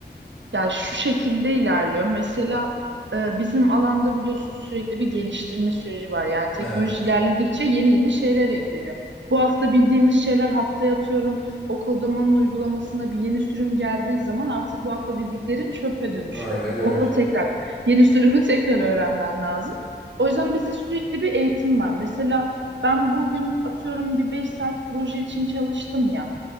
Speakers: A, on the right; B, in the centre.
A: Yani şu şekilde ilerliyor. Mesela e, bizim alanda biliyorsunuz sürekli bir geliştirme süreci var. Yani teknoloji
B: Evet.
A: ilerledikçe yeni yeni şeyler ekleniyor. Bu hafta bildiğimiz şeyler haftaya atıyorum o kodamanın uygulamasına bir yeni sürüm geldiği zaman artık bu hafta bildiklerin çöpe dönüşüyor.
B: Aynen öyle.
A: Onunla tekrar yeni sürümü tekrar öğrenmen lazım. O yüzden bizde sürekli bir eğitim var. Mesela ben bugün atıyorum bir 5 saat proje için çalıştım ya.